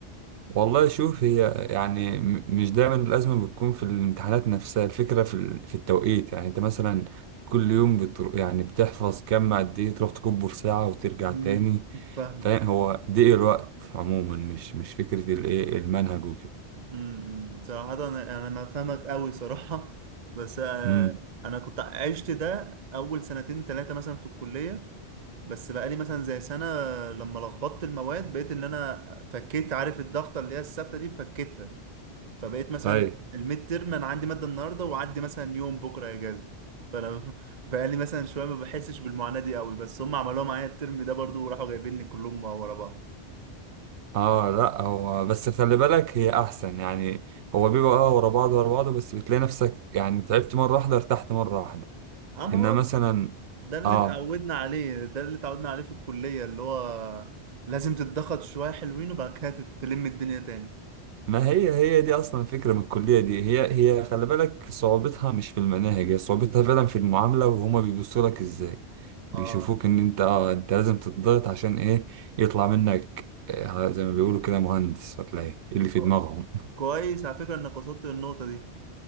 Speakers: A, on the right; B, on the right.
A: والله شوف هي يعني م- مش دايما الأزمة بتكون في الامتحانات نفسها الفكرة في ال- في التوقيت يعني أنت مثلا كل يوم بتروح يعني بتحفظ كم قد إيه تروح تكبه في ساعة وترجع
B: امم
A: تاني
B: فاهمك
A: فاهم هو ضيق الوقت عموما مش مش فكرة الإيه المنهج وكده
B: امم صراحه انا انا ما فاهمك قوي صراحه بس آه،
A: امم
B: انا كنت عشت ده اول سنتين ثلاثه مثلا في الكليه بس بقالي مثلا زي سنه لما لخبطت المواد بقيت ان انا فكيت عارف الضغطه اللي هي الثابته دي فكيتها فبقيت مثلا
A: طيب
B: الميد ترم انا عندي ماده النهارده وعندي مثلا يوم بكره اجازه فانا <laughs> بقالي مثلا شويه ما بحسش بالمعاناه دي قوي بس هم عملوها معايا الترم ده برضو وراحوا جايبيني كلهم ورا بعض
A: اه لا هو بس خلي بالك هي أحسن يعني هو بيبقى اه ورا بعض ورا بعض بس بتلاقي نفسك يعني تعبت مرة واحدة ارتحت مرة واحدة
B: اما
A: إنما
B: هو
A: مثلا
B: ده اللي
A: اه
B: اتعودنا عليه ده اللي اتعودنا عليه في الكليه اللي هو لازم تتضغط شويه حلوين وبعد كده تلم الدنيا تاني
A: ما هي هي دي اصلا الفكره من الكليه دي هي هي خلي بالك صعوبتها مش في المناهج هي صعوبتها فعلا في المعامله وهما بيبصوا لك ازاي
B: اه
A: بيشوفوك ان انت اه انت لازم تتضغط عشان ايه يطلع منك آه، زي ما بيقولوا كده مهندس ولا ايه إيه اللي في
B: كو-
A: دماغهم
B: كويس على فكره انك وصلت للنقطه دي